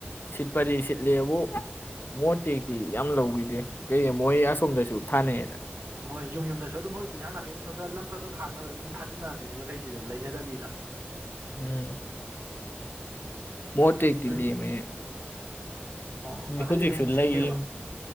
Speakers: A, on the left; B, on the right.
A: ꯁꯤꯠꯄꯗꯤ ꯁꯤꯠꯂꯦꯕꯨ ꯃꯣꯠꯇꯦꯛꯇꯤ ꯌꯥꯝ ꯂꯧꯈꯤꯗ꯭ꯔꯦ ꯀꯩ ꯃꯣꯏ ꯑꯁꯣꯝꯗꯁꯨ ꯊꯥꯅꯩꯑꯅ
B: ꯍꯣꯏ ꯌꯨꯝ ꯌꯨꯝꯗꯁꯨ ꯑꯗꯨꯝ ꯍꯣꯏꯗꯤ ꯏꯟꯁꯥꯡ ꯅꯥꯄꯤ ꯑꯗꯨꯝ ꯂꯝ ꯈꯔꯥ ꯈꯔꯥ ꯍꯥꯡꯅꯕꯗ ꯑꯗꯨꯝ ꯊꯥꯖꯤꯟꯅꯔꯝꯃꯤ ꯃꯤ ꯃꯈꯩꯁꯤꯁꯨ ꯂꯩꯅꯗꯕꯤꯗ
A: ꯎꯝ ꯃꯣ
B: ꯈꯪꯗꯦ
A: ꯇꯦꯛꯇꯤ ꯂꯦꯝꯃꯦ
B: ꯑꯣ ꯑꯇꯩꯗꯤ
A: ꯍꯧꯖꯤꯛꯁꯨ
B: ꯑꯗꯨꯝ ꯁꯤꯠꯀꯦꯕ
A: ꯂꯩꯔꯤ